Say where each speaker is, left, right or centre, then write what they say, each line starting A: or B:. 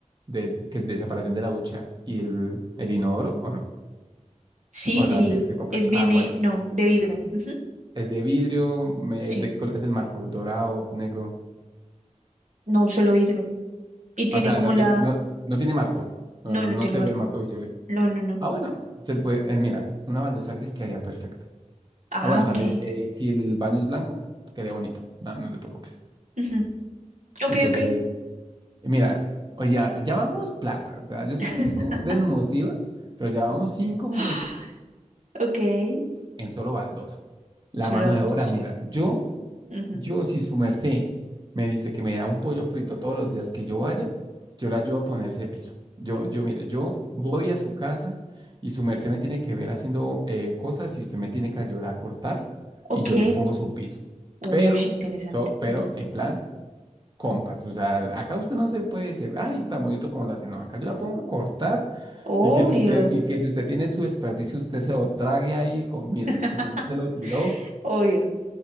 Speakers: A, on the right (about 35°); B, on the right (about 80°).
A: de, que separación de la ducha y el, el inodoro o no?
B: Sí,
A: O la
B: sí,
A: tienes que comprar.
B: es
A: Ah,
B: viene,
A: bueno.
B: no, de vidrio. Ujú,
A: Es de vidrio, me-
B: Sí,
A: el de qué color es el marco, dorado, negro.
B: no, solo vidrio. Y tiene
A: O sea,
B: como
A: no
B: la...
A: tiene, no, no tiene marco. No,
B: No, no
A: no
B: tiene
A: se
B: marco.
A: ve el marco visible.
B: No, no, no.
A: Ah, bueno, se le puede, eh, mira, una baldosa gris quedaría perfecto.
B: Ah,
A: Ah, bueno, también,
B: ok.
A: eh, si el baño es blanco, quedaría bonito. No, no te preocupes.
B: Ujú, Ok,
A: Entonces,
B: ok.
A: mira, oye, ya, ya vamos plata. O sea, yo sé
B: <laughs>
A: que eso desmotiva, pero ya vamos 5
B: <sighs>
A: milloncitos
B: Ok,
A: en solo baldosa. La
B: solo
A: mano de
B: el
A: obra,
B: dos.
A: mira, yo.
B: Ujú.
A: Yo, si su merced me dice que me da un pollo frito todos los días que yo vaya, yo le ayudo a poner ese piso. Yo, yo, mire, yo voy a su casa y su merced me tiene que ver haciendo eh, cosas y usted me tiene que ayudar a cortar
B: Ok.
A: y yo le pongo su piso.
B: Uy,
A: Pero,
B: interesante.
A: so, pero
B: Ujú.
A: en plan, compas, o sea, acá usted no se puede decir, ay, tan bonito como lo hace, no, acá yo la pongo a cortar
B: Obvio,
A: y que si usted, y que si usted tiene su desperdicio, usted se lo trague ahí con, mire,
B: <laughs>
A: usted se lo tiró.
B: obvio.